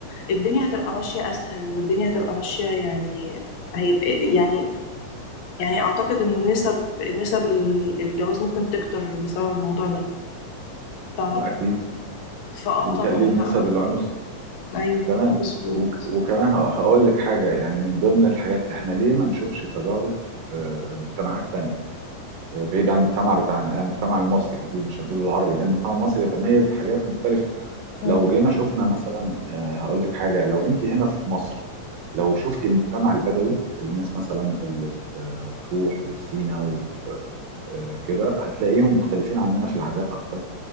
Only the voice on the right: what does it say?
اكيد
وتقليل
نسب العنف
تمام
وك- وكمان ه- هقول لك حاجة يعني من ضمن الحاجات احنا ليه ما نشوفش تجارب آه، مجتمعات تانية آه، بعيد عن المجتمع بتاعنا آه، المجتمع المصري هنقول مش هنقول العربي لان المجتمع المصري يتميز بحاجات مختلفة
لو جينا شفنا مثلا آه، هقول لك حاجة لو انت هنا في مصر لو شفتي المجتمع البدوي الناس مثلا اللي في آه، مطروح وفي سينا آه، كده هتلاقيهم مختلفين عننا في العادات اكتر